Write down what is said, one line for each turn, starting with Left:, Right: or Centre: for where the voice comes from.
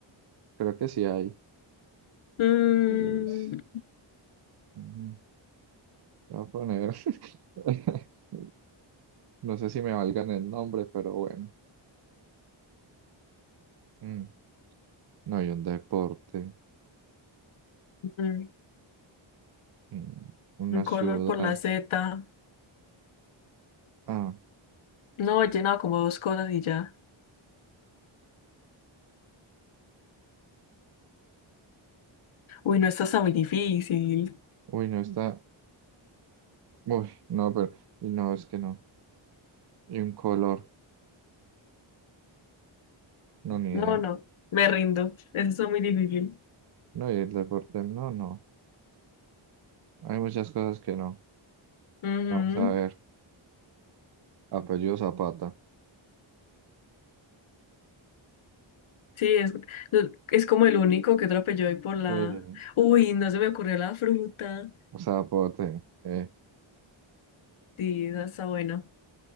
Right: creo que sí hay.
Left: Mm,
Right: Es- mm, voy a poner. <laughs> No sé si me valgan el nombre, pero bueno. Mm, No hay un deporte,
Left: mm,
Right: mm, una
Left: un
Right: ciudad.
Left: color por la Z.
Right: Ah,
Left: No, he llenado como dos cosas y ya. Uy, no, esto está muy difícil.
Right: uy, no está. Uy, no, pero. y No, es que no. Y un color, no, ni
Left: No,
Right: idea.
Left: no, me rindo. Eso está muy difícil.
Right: No, y el deporte, no, no. Hay muchas cosas que no.
Left: Ujú.
Right: Vamos a ver. Apellido Zapata.
Left: Sí, es, no, es como el único que atropelló hoy por la...
Right: Sí.
Left: Uy, no se me ocurrió la fruta.
Right: Zapote. Eh.
Left: Sí, esa está buena.